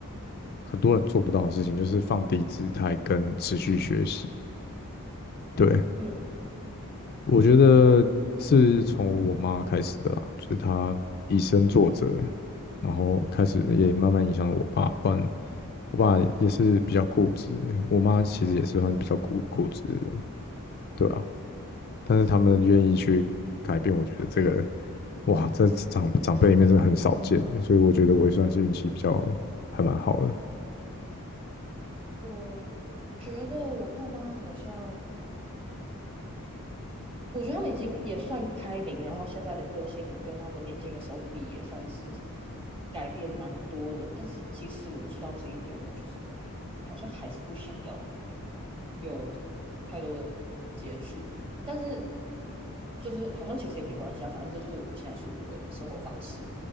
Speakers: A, on the left; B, on the right.
A: 很多人做不到的事情，就是放低姿态跟持续学习，对，
B: 嗯，
A: 我觉得是从我妈开始的啦，就是她以身作则，然后开始也慢慢影响了我爸。不然我爸也是比较固执，我妈其实也是算比较固固执的人，对啊。但是他们愿意去改变，我觉得这个哇，在长长辈里面真的很少见，所以我觉得我也算是运气比较还蛮好的。
B: 我觉得我爸妈好像我觉得他们已经也算开明，然后现在的个性跟他们年轻的时候比，也算是改变蛮多的。但是即使我知道这一点，我就是我我好像还是不想要有太多的接触。但是就是好像其实也没关系啊，反正这就是我现在舒服的生活方式。